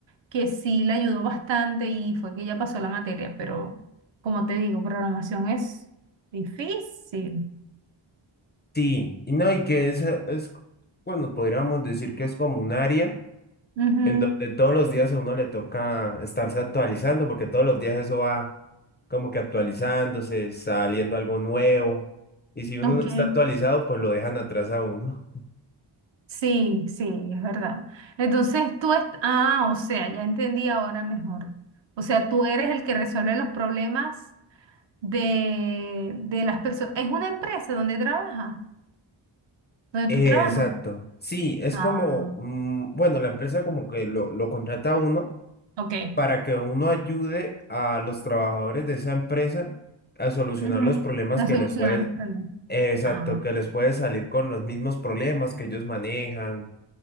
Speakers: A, on the right (about 65°); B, on the left (about 25°).
A: que sí le ayudó bastante y fue que ya pasó la materia, pero como te digo, programación es difícil.
B: Sí, y no, y que eso es, bueno, podríamos decir que es como un área
A: Ujú,
B: en donde todos los días a uno le toca estarse actualizando, porque todos los días eso va como que actualizándose, saliendo algo nuevo, y si uno
A: Ok,
B: no está actualizado, pues lo dejan atrás a uno.
A: sí, sí, es verdad. Entonces tú, est- ah, o sea, ya entendí ahora mejor. O sea, tú eres el que resuelve los problemas de, de las personas. Es una empresa donde trabaja, donde
B: Eh,
A: tú trabajas.
B: exacto. Sí, es
A: Ah,
B: como, mm, bueno, la empresa como que lo, lo contrata a uno
A: ok.
B: para que uno ayude a los trabajadores de esa empresa a solucionar
A: Ujú.
B: los problemas
A: No
B: que
A: solucionan
B: les puede,
A: los problemas.
B: eh, exacto,
A: Ah,
B: que les puede salir con los mismos problemas que ellos manejan,